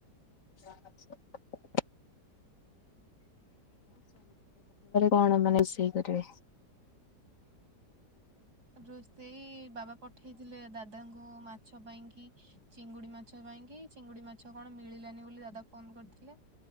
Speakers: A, on the left; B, on the right.
A: ଆ <unintelligible> କଣ ମାନ ରୋଷେଇ କରିବେ?
B: ରୋଷେଇ ବାବା ପଠେଇଥିଲେ ଦାଦାଙ୍କୁ ମାଛ ପାଇଁକି ଚିଙ୍ଗୁଡି ମାଛ ପାଇଁକି ଚିଙ୍ଗୁଡି ମାଛ କଣ ମିଳିଲାନି ବୋଲି ଦାଦା ଫୋନ କରିଥିଲେ।